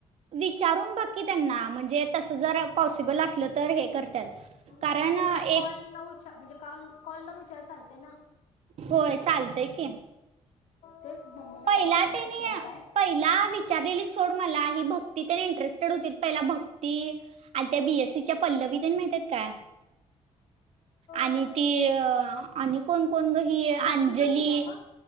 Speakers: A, on the right; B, on the left.
A: विचारून बग की त्यांना म्हणजे तसं जर पॉसिबल असलं तर हे करत्यात, कारण
B: मग त्यांनी
A: एक
B: कॉल न उचल म्हणजे कॉल लावून विचारले तर चालते ना
A: होय चालतंय की
B: तेच मम्मीला
A: पहिला
B: विचारतो
A: त्यानी
B: करू काय?
A: पहिला विचारलेली सोड मला ही भक्ती तेन इंटरेस्टेड होती पहिला ती आणि त्या बी एस सी च्या पल्लवी तेन माहित आहेत काय? आणि
B: हम्म
A: ती आणि कोण कोण ही अंजली
B: भक्ती पण केल्या मग